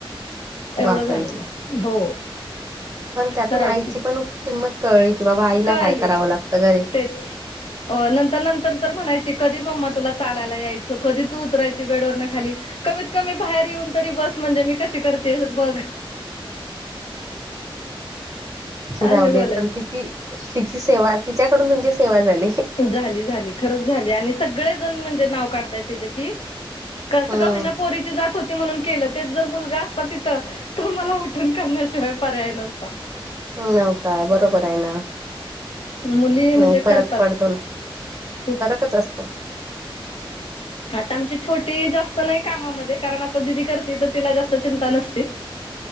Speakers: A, on the right (about 35°); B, on the left (about 75°).
A: बापरे!
B: एवढं झालेलं. हो!
A: पण त्यातून
B: करायची
A: आईची पण किंमत कळली कि बा बा आईला
B: कळली
A: काय करावं लागत घरीे.
B: तेच अ नंतर नंतर म्हणायची. कधी मम्मा तुला चालायला यायचं, कधी तू उतरायची बेडवरन खाली? कमीत कमी बाहेर येऊन तरी बस, म्हणजे मी कशी करतेयं बघ. अशी
A: जाऊ
B: बोलायची
A: दे पण तिची! तिची सेवा तिच्याकडून म्हणजे सेवा झाली.
B: झाली झाली खरंच झाली, आणि सगळे जण म्हणजे नाव काढताय तिचे की. कसं
A: हम्म
B: का होईना पोरीची जात होती म्हणून केलं, तेच जर मुलगा असत तिथं. तर मला उठून करण्याशिवाय पर्याय नव्हता.
A: नव्हता बरोबर आहे ना.
B: मुली म्हणजे
A: नाही फरक
B: करतात.
A: पडतो ना
B: खूप
A: फरकच असतो.
B: आता आमची छोटी जास्त नाही कामामध्ये, कारण आता दिदी करते तर तिला जास्त चिंता नसती.